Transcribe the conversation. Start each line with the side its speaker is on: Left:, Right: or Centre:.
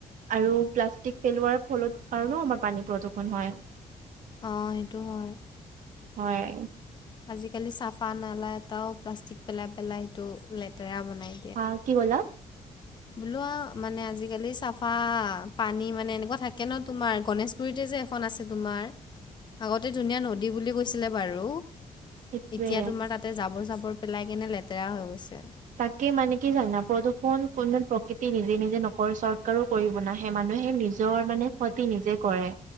Right: আৰু প্লাষ্টিক পেলোৱাৰ ফলত কাৰণেও আমাৰ পানী প্ৰদূষন হয়।
Left: অ, সেইটো হয়।
Right: হয়।
Left: আজিকালি চাফা নালা এটাও প্লাষ্টিক পেলাই - পেলাই সেইটো লেতেৰা বনাই।
Right: হা কি ক'লা?
Left: বোলোৱা মানে আজিকালি চাফা পানী মানে এনেকুৱা থাকে ন তোমাৰ গনেশ খুুৰতে যে এখন আছে তোমাৰ
Right: উ <inaudible>
Left: আগতে ধুনীয়া নদী বুলি কৈছিলে বাৰু এতিয়া
Right: সেইটোৱে
Left: তোমাৰ তাত তাতে জাবৰ চাবৰ পেলাই কেনে লেতেৰা হৈ গৈছে।
Right: তাকে মানে কি জানা প্ৰদূৰষণ কোনো প্ৰকৃতি নিজে নিজে নকৰৰে চৰকাৰো কৰিব নাহে মানুহে নিজৰ মানে ক্ষতি নিজে কৰে।